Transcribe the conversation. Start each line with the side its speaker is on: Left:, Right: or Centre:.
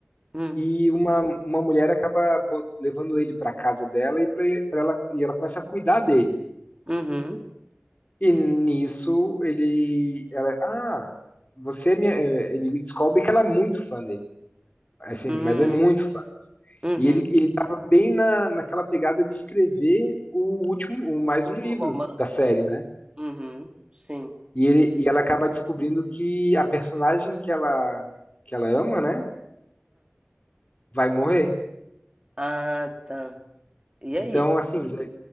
Right: hum,
Left: e uma, uma mulher acaba bo- levando ele para casa dela e pra, pra ela e ela começa a cuidar dele.
Right: uhum,
Left: E nisso ele ela ah, você é minha, é, ele descobre que ela é muito fã dele. Assim,
Right: hum,
Left: mas é muito fã.
Right: uhum.
Left: E ele ele tava bem na, naquela pegada de escrever o último, o mais
Right: Último
Left: um livro
Right: romance.
Left: da série, né?
Right: Uhum, sim.
Left: E ele e ela acaba descobrindo que a personagem que ela que ela ama, né, vai morrer.
Right: Ah, tá. E
Left: Então,
Right: aí?
Left: assim, já-